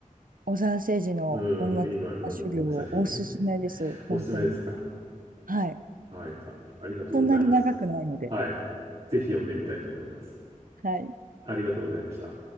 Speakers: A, on the right (about 85°); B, on the right (about 45°).
A: 小澤征爾の音楽家修行をおすすめです。
B: うん、今、うん、武蔵をね。おすすめですか。
A: 本当に。はい。
B: はい。あ、ありがとうございます。
A: そんなに長くないので。
B: はい。ぜひ読んでみたいと思います。
A: はい。
B: ありがとうございました。